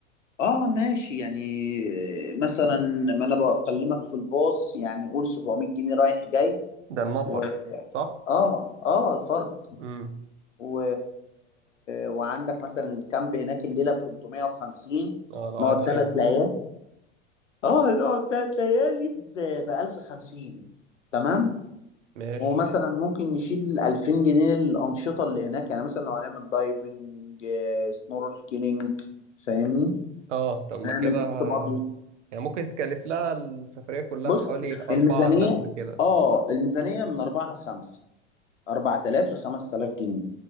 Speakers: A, on the left; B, on the right.
A: اه ماشي يعني آه، مثلا ما انا بكلمك في الباص يعني قول 700 جنيه رايح جاي
B: ده النفر
A: و
B: صح
A: اه اه الفرد
B: امم
A: و... وعندك مثلا الكامب هناك الليله ب 350
B: اه لو قعدنا
A: نقعد ثلاث
B: أسبوع
A: ليالي اه نقعد ثلاث ليالي ب 1050 تمام
B: ماشي
A: ومثلا ممكن نشيل 2000 جنيه الانشطه اللي هناك يعني مثلا لو هنعمل دايفنج سنوركلينج فاهمني
B: اه طب ما
A: هنعمل
B: كده
A: بيتش
B: ه-
A: باجي
B: يعني ممكن تكلف لها السفرية كلها
A: بص
B: حوالي أربعة
A: الميزانيه
B: خمسة كده
A: اه الميزانيه من 4 ل 5 4000 ل 5000 جنيه